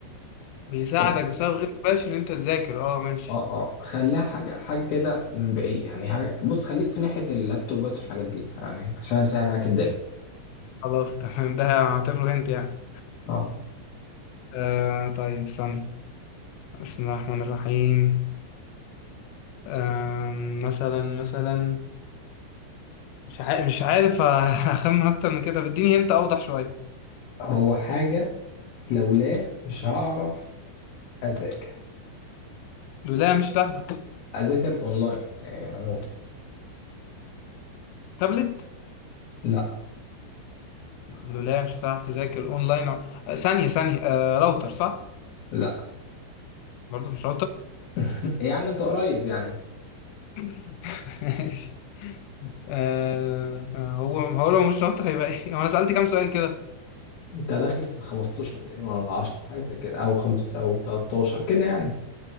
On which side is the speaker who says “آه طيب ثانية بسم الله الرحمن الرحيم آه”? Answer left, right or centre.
Left